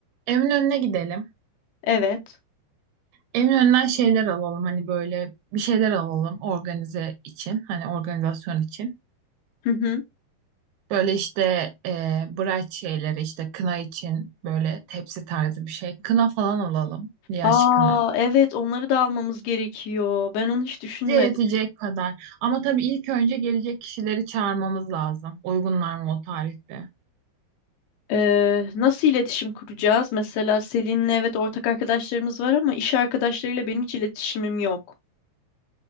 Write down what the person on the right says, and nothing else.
Evin önüne gidelim.
Evin önünden şeyler alalım hani böyle bir şeyler alalım organize için hani organizasyon için.
Böyle işte e, bright şeyleri işte kına için böyle tepsi tarzı bir şey. Kına falan alalım yaş
kına.
Bize yetecek kadar ama tabii ilk önce gelecek kişileri çağırmamız lazım. Uygunlar mı o tarihte?